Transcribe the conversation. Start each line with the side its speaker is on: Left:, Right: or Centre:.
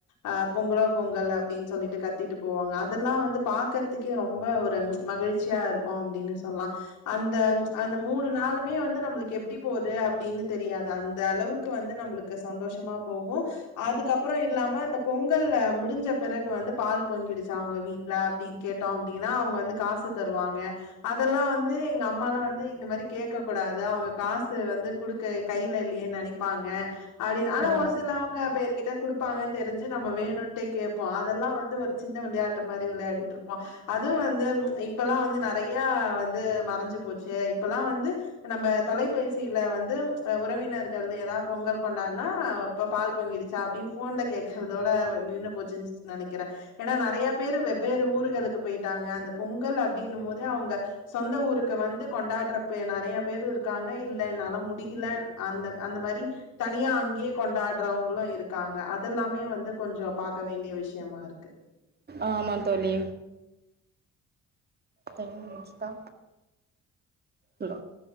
Left: அ பொங்கலோ பொங்கல் அப்டின் சொல்லிட்டு கத்தீட்டு போவாங்க அதெல்லா வந்து பாக்கற்துக்கே ரொம்ப ஒரு ச் மகிழ் ச்சியா இருக்கோ அப்டீனு சொல்லா அந்த ச் அந்த மூணு நாளூமே வந்து நம்பளுக்கு எப்டி போது அப்டீனு தெரியாது அந்த அளவுக்கு வந்து நம்புளுக் கு சந்தோஷமா போகு அப்பறோ இல்லாம இந்த பொங்கல் அ முடிஞ்ச பிறகு வந்து பால் பொங்கிடுச்சா உங்க வீட்ல அப்டின் கேட்டோ அப்டினா அவ்ங்க வந்து காசு தருவாங்க அதெல்லா வந் து எங்க அம் ம்மாலா வந்து இந்த மாரி கேக்க கூடாது அவ்ங்க காசு வந்து குடுக்க கையில இல்லியே நெனைப்பாங்க அப்டினு ஆனா
Right: ஆ
Left: ஒரு சிலவங்க பேருகிட்ட குடுப்பாங்கன் தெரிஞ்சு நம்ம வேணுண்டே கேப் போ அதெல்லா வந்து ஒரு சின்ன விளயாட் டு மாரி விளயாடிட்ருப்போ அதுவு வந்து ச்ச் இப்பெல்லா வந்து நெறைய வந்து ம ரஞ்சு போச்சே இப்பெல்லா வந்து நம்ம தொலைபேசியில வந்து ச்ச் உறவினர்கள் எதா பொங்கல் கொண்டாட்னா ப பால் பொங்கிடு ச்சா அப்டின் ஃபோன்ல கேக்கறதோட நின்னு போச்சுன் நெனைக்கிறே ஏன்னா நெறைய பேரு வெவ்வேறு ஊருகளுக்கு போய்ட்டாங்க அந்த பொங்கல் அப்டின்னுமோது அவுங்க சொந்த ஊருக்கு வந்து கொண்டாட்ற ப நெறைய பேரு இருக்காங்க இல்ல என்னால முடியில அந்த அந்த மாரி தனியா அங்கே கொண்டாடுறவங்களு இருக் காங்க அதெல்லாமே வந்து கொஞ்சோ பாக்க வேண்டிய விஷ்யமா இருக்கு
Right: ஆமாந் தோழி டைம் முடிஞ்சிதா <unintelligible> ம்